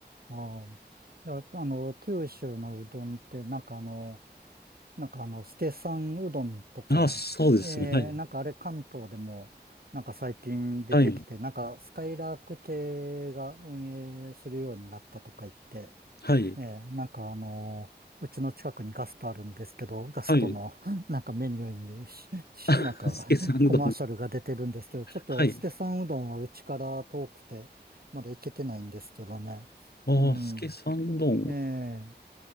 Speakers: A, on the right; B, on the left.
A: はい。いや、あの、九州のうどんって、なんかあの、なんかあの、ステさんうどんとか、
B: ああ、そうですね。
A: ええなんかあれ関東でも、
B: はい。
A: なんか最近出てきて、
B: はい。
A: なんかスカイラーク系が運営するようになったとか言って、
B: はい。
A: ええ、なんかあのうちの近くにガストあるんですけど、ガストの
B: はい。
A: <laughs> なんかメニューにし、
B: <laughs>
A: し
B: あ、
A: <laughs> なんかコマーシャルが出てるんですけど、
B: スケさんうどん。
A: ちょっとスケさんうどんはうちから遠くて、
B: はい。
A: まだ行けてないんですけどね。
B: ああ、
A: うん。
B: スケさんうどん
A: ええ、